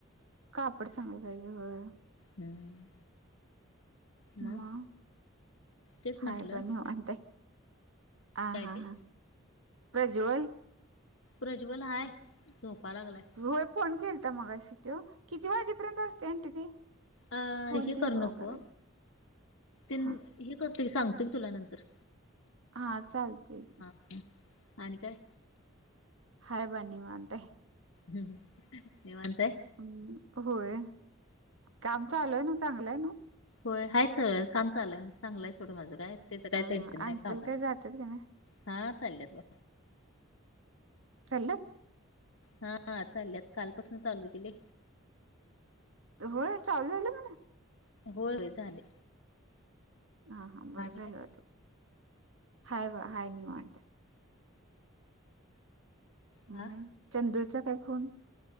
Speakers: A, on the right; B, on the left.
A: का आपडण सांगलं पाहिजे.
B: हम्म. मग
A: म
B: तेच म्हंटलं
A: खय बनऊ आता. आ
B: काय
A: हा
B: ते
A: हां प्रज्वल.
B: प्रज्वल हाय झोपा लागलाय.
A: होय फोन केलता मग अशी त किती वाजेपर्यंत असते आणटी ती.
B: अ
A: फोन
B: हे
A: तेन
B: करू
A: कवा
B: नको.
A: करायच?
B: हे
A: हा
B: करत की सांगतो मी तुला नंतर.
A: हा चालतेय.
B: ह आणिन काय?
A: हाय बाय निवांत आहे.
B: हम्म निवंत आहे?
A: हम् होय काम चालूय ना चांगलंय ना
B: होय आहेयच सगळं काम चालय चांगलंयच छोटं माझं काय त्याच काही
A: हा
B: टेन्शन
A: हा
B: नाही
A: अंकल
B: कामत
A: काय जातात का नाही
B: हा चाललत बघ
A: चालेयत
B: हा चालल्यात कालपासून चालू केेले
A: होय चालू आहेल म्हण
B: होय होय ले
A: हा हा बरं झाल
B: काय
A: तू हाय वा हाय नन्ट हम्
B: हा
A: चंद्रचा काय खून